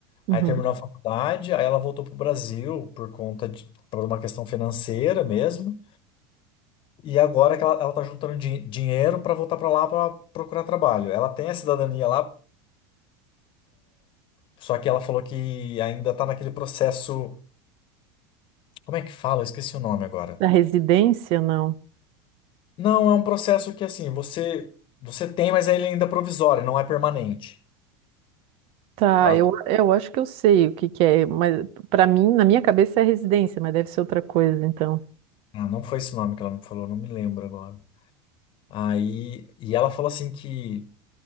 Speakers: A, on the right; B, on the left.
A: Uhum.
B: aí terminou a faculdade, aí ela voltou pro Brasil por conta de, por uma questão financeira mesmo. E agora que ela, ela tá juntando din- dinheiro pra voltar pra lá pra procurar trabalho. Ela tem a cidadania lá, só que ela falou que ainda tá naquele processo Como é que fala? Eu esqueci o nome agora.
A: Da residência, não.
B: Não, é um processo que assim, você você tem, mas ele ainda é provisório, não é permanente.
A: Tá,
B: Ela
A: eu, eu acho que eu sei o que que é, mas para mim, na minha cabeça é residência, mas deve ser outra coisa, então.
B: ah, não foi esse nome que ela me falou, não me lembro agora. Aí, e ela falou assim que